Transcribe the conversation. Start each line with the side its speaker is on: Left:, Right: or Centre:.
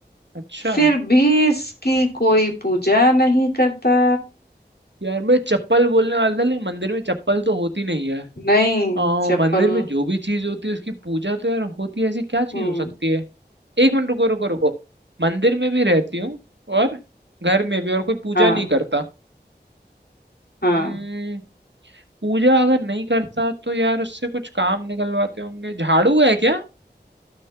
Right: अच्छा
Left: फिर भी इसकी कोई पूजा नहीं करता
Right: यार मैं चप्पल बोलने वाला था लेकिन मंदिर में चप्पल तो होती नहीं है
Left: नहीं
Right: आ,
Left: चप्पल
Right: मंदिर में जो भी चीज होती है उसकी पूजा तो यार होती है ऐसी क्या चीज
Left: हम्म
Right: हो सकती है एक मिनट रुको रुको रुको मंदिर में भी रहती हूँ और घर में भी और कोई पूजा
Left: हाँ
Right: नहीं करता
Left: हाँ
Right: हम्म पूजा अगर नहीं करता तो यार उससे कुछ काम निकलवाते होंगे झाड़ू है क्या